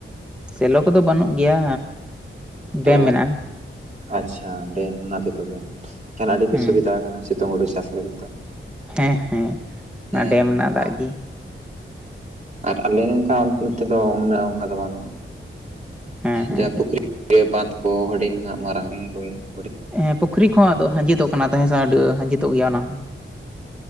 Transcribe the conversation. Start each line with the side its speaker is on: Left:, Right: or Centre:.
Centre: ᱥᱮᱞᱚ ᱠᱚᱫᱚ ᱵᱟᱹᱱᱩᱜ ᱜᱮᱭᱟ ᱰᱮᱢ
Right: ᱛᱚ
Centre: ᱢᱮᱱᱟᱜ-ᱟ
Right: ᱟᱪᱪᱷᱟ ᱰᱮᱢ ᱚᱱᱟᱛᱮ ᱛᱟᱦᱚᱞᱮ ᱟᱹᱰᱤᱯᱮ
Centre: ᱦᱮᱸ
Right: ᱥᱩᱵᱤᱫᱟ ᱟᱠᱟᱱᱟ ᱥᱤᱛᱩᱝ ᱦᱩᱲᱩ ᱪᱟᱥ ᱞᱟᱹᱜᱤᱫ ᱫᱚ
Centre: ᱦᱮᱸ ᱦᱮᱸ ᱚᱱᱟ
Right: ᱦᱮᱸ
Centre: ᱰᱮᱢ ᱨᱮᱱᱟᱜ ᱫᱟᱜ
Right: ᱦᱮᱸ
Centre: ᱜᱮ
Right: ᱟᱨ ᱟᱞᱮ ᱚᱱᱠᱟ ᱱᱚᱛᱮ ᱫᱚ ᱚᱱᱠᱟ ᱫᱚ ᱵᱟᱹᱱᱩᱜ-ᱟ
Centre: ᱦᱮᱸ ᱦᱮᱸ
Right: ᱡᱟᱦᱟᱸ ᱯᱩᱠᱷᱨᱤ ᱵᱟᱸᱫ ᱠᱚ ᱦᱩᱰᱤᱧ ᱢᱟᱨᱟᱝ ᱚᱱᱟ ᱠᱚ ᱜᱮ
Centre: ᱦᱮᱸ ᱯᱩᱠᱷᱨᱤ ᱠᱚ ᱦᱚᱸ ᱟᱫᱚ ᱟᱸᱡᱤᱫᱚᱜ ᱠᱟᱱᱟ ᱛᱟᱦᱮᱸ ᱥᱮ ᱟᱹᱰᱤ ᱟᱸᱡᱮᱫᱚᱜ ᱜᱮᱭᱟ ᱚᱱᱟ ᱦᱚᱸ